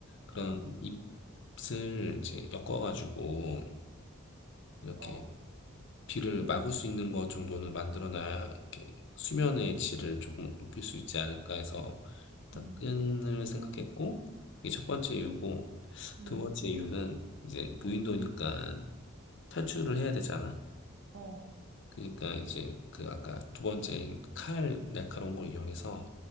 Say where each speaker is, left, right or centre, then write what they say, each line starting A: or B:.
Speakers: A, on the left; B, on the right.
A: 그런
B: 어,
A: 잎을 이제 엮어가지고, 이렇게
B: 어.
A: 비를 막을 수 있는 것 정도는 만들어놔야 이렇게 수면의 질을 조금 높일 수 있지 않을까 해서 일단
B: 응.
A: 끈을 생각했고 이게 첫 번째 이유고
B: 응.
A: 두 번째 이유는 이제 무인도니까 탈출을 해야 되잖아.
B: 어.
A: 그러니까 이제 그 아까 두 번째 칼 날카로운 걸 이용해서